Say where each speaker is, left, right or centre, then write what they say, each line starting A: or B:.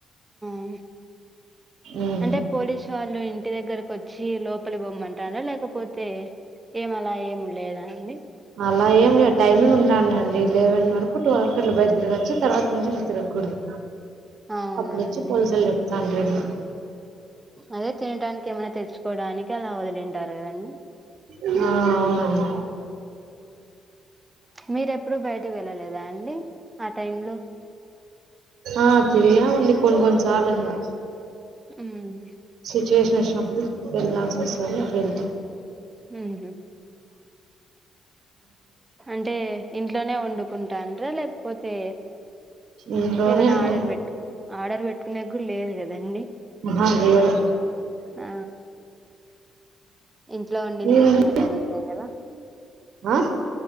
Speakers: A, on the right (about 15°); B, on the right (about 70°).
A: ఉ
B: ఉమ్
A: అంటే పోలీసు వాళ్ళు ఇంటి దగ్గరకు వచ్చి లోపలి పోమ్మంటారా లేకపోతే, అయితే ఏమలా ఏమి లేదండి.
B: అలా ఏం లే టైమింగ్. అవునండి లేవన్ వరకు టూ వరకూ అట్ల బయట తిరగోచ్చు తర్వాత నుండి ఇక తిరగకూడదు.
A: అవునా
B: అప్పుడు వచ్చి
A: అండి
B: పోలీసోల్లు చెప్తా స <inaudible>
A: అదే తింటానికి. ఏమనా తెచ్చుకోవడానికి అలా వదిలింటారు కదండి.
B: ఆ అవునండి
A: మీరు ఎప్పుడు బయటికి వెళ్ళలేదా అండి. ఆ టైమ్ లో
B: ఆ తిరిగాం అండి. కొన్ని కొన్ని సార్ంగా
A: మ్మ్
B: సిచువే ఫ్రెష్ అబ్ది వెల్లసి సరెలే వెళ్తా
A: మ్మ్ అంటే ఇం ఇంట్లనే వండుకు ఉంటండా లేకపోతే
B: ఇంట్లోనే
A: ఏమైనా
B: అండి
A: ఆర్డర్ పెట్టుకు ఆర్డర్ పెట్టుకునే లేదుగా అండి.
B: ఆహా లేదు.
A: ఆ ఇంట్లో వండిందే
B: మీరండి
A: తినటం అంతే కదా.
B: ఆ